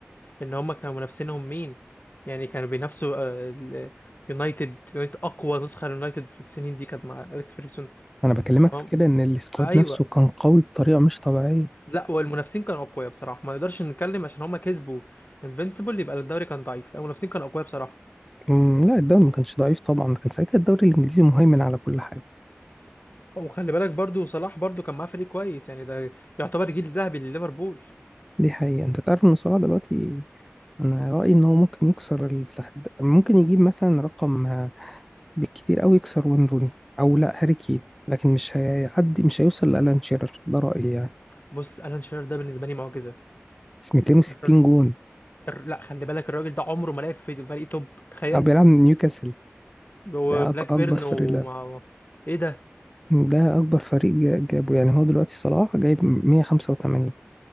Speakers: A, on the left (about 40°); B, in the centre.
A: ان هم كانوا منافسينهم مين يعني كانوا بينافسوا آه، ال- يونايتد يونايتد اقوى نسخه ليونايتد في السنين دي كانت مع اليكس فيرجسون
B: انا بكلمك
A: تمام
B: في كده ان السكواد
A: ايوه
B: نفسه كان قوي بطريقه مش طبيعيه
A: لا والمنافسين كانوا اقوياء بصراحه ما نقدرش نتكلم عشان هم كسبوا انفينسيبل يبقى الدوري كان ضعيف لا، المنافسين كانوا اقوياء بصراحه
B: أمم، لا الدوري ما كانش ضعيف طبعا كان ساعتها الدوري الانجليزي مهيمن على كل حاجه
A: وخلي بالك برضو صلاح برضو كان معاه فريق كويس يعني ده يعتبر جيل ذهبي لليفربول
B: دي حقيقه انت تعرف ان صلاح دلوقتي انا رايي ان هو ممكن يكسر التحد... ممكن يجيب مثلا رقم آه، بالكتير قوي يكسر وين روني او لا هاري كين لكن مش هيعدي مش هيوصل لالان شيرر ده رايي يعني
A: بص الان شيرر ده بالنسبه لي معجزه
B: بس 260
A: <laughs> الر-
B: جون
A: الر- لا خلي بالك الراجل ده عمره ما لعب في فريق توب تخيل
B: أو بيلعب من نيوكاسل
A: وبلاك
B: ده أك- اكبر
A: بيرن
B: فريق
A: ومع
B: لا
A: ايه ده
B: ده اكبر فريق جا- جابه يعني هو دلوقتي صلاح جايب 185